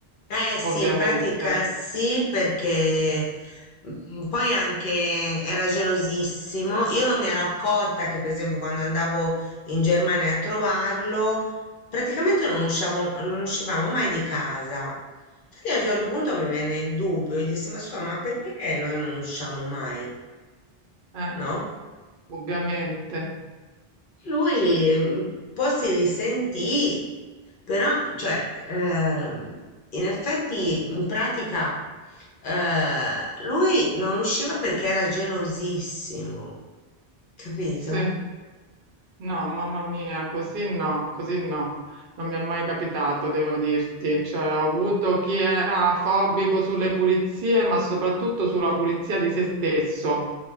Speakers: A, on the left; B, on the right.
A: Eh sì,
B: ovviamente.
A: in pratica sì, perché mm, poi anche era gelosissimo. Io non mi ero accorta che, per esempio, quando andavo in Germania a trovarlo, praticamente non usciavo- non uscivamo mai di casa. Infatti a un certo punto mi venne il dubbio e dissi, ma scusa, ma perché noi non usciamo mai?
B: Eh,
A: No?
B: ovviamente.
A: Lui
B: Ps-
A: mm, un po' si risentì, però, cioè, ehm, in effetti, in pratica, eh, lui non usciva perché era gelosissimo, capito?
B: Sì. No, mamma mia, così no, così no. Non mi è mai capitato, devo dirti. Cioè, ho avuto chi era fobico sulle pulizie, ma soprattutto sulla pulizia di se stesso.